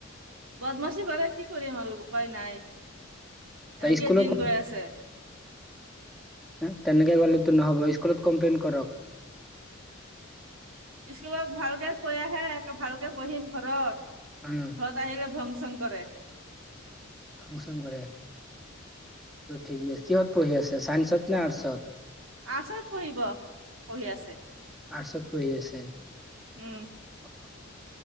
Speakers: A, on the right; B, in the centre.
A: বদমাচি কৰে, কি কৰিম আৰু উপায় নাই এনেকেই
B: স্কুলত
A: দিন গৈ আছে।
B: হ, তেনেকে কলেটো নহ'ব স্কুলত কমপ্লেইন কৰক।
A: স্কুলত ভালকে কৈ আহে ভালকে পঢ়িম ঘৰত।
B: উম্।
A: ঘৰত আহিলে ভংচং কৰে।
B: ভংচং কৰে। ঠিক আছে, কিহত পঢ়ি আছে চাইন্সত নে আৰ্টচত?
A: আৰ্ছত পঢ়িব, পঢ়ি আছে।
B: আৰ্টচত পঢ়ি আছে।
A: উম্।
B: অ'